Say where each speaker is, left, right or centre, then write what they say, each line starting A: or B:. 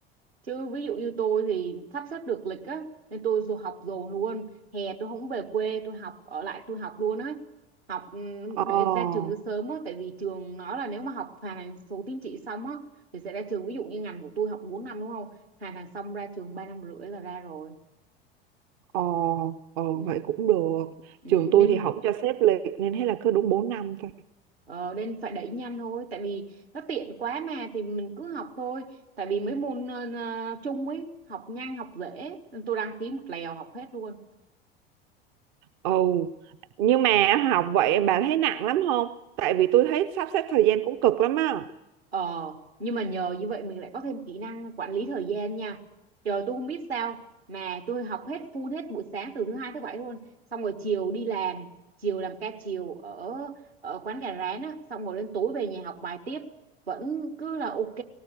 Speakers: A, on the right; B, on the right.
A: Chứ ví dụ như tôi thì sắp xếp được lịch á nên tôi dù học dồn luôn hè tôi không về quê tôi học ở lại tôi học luôn á học ừm,
B: ờ
A: để ra trường cho sớm á tại vì trường nói là nếu mà học hoàn thành số tín chỉ xong á thì sẽ ra trường ví dụ như ngành của tôi học 4 năm đúng không hoàn thành xong ra trường 3 năm rưỡi là ra rồi
B: ờ ờ
A: ừ.
B: vậy cũng được
A: Ừ.
B: trường
A: nên
B: tôi thì không cho xếp lịch nên thế là cứ đúng 4 năm thôi
A: Ờ, nên phải đẩy nhanh thôi tại vì nó tiện quá mà thì mình cứ học thôi tại vì mấy môn ờ, ờ, chung ấy học nhanh học dễ tôi đăng ký một lèo học hết luôn
B: ừ nhưng mà học vậy bà thấy nặng lắm không tại vì tôi thấy sắp xếp thời gian cũng cực lắm á
A: Ờ, nhưng mà nhờ như vậy mình lại có thêm kỹ năng quản lý thời gian nha. Trời tôi không biết sao mà tôi học hết full hết buổi sáng từ thứ hai tới bảy luôn, xong rồi chiều đi làm, chiều làm ca chiều ở ở quán gà rán á, xong rồi đến tối về nhà học bài tiếp, vẫn cứ là ok.